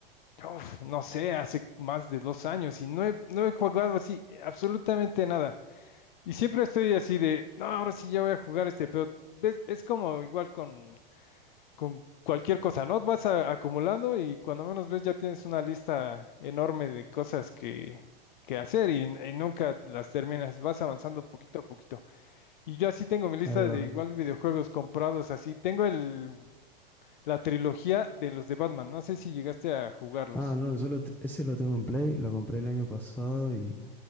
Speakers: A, on the left (about 55°); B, in the centre.
A: uf, no sé, hace más de dos años y no he, no he jugado así absolutamente nada. Y siempre estoy así de, no, ahora sí ya voy a jugar este, pero ves, es como igual con, con cualquier cosa, ¿no? Vas a- acumulando y cuando menos ves ya tienes una lista enorme de cosas que, que hacer y, y nunca las terminas, vas avanzando poquito a poquito. Y yo así tengo mi lista
B: Ahí va.
A: de igual videojuegos comprados así. Tengo el, la trilogía de los de Batman. No sé si llegaste a jugarlos.
B: Ah, no, yo lo t- ese lo tengo en Play, lo compré el año pasado y,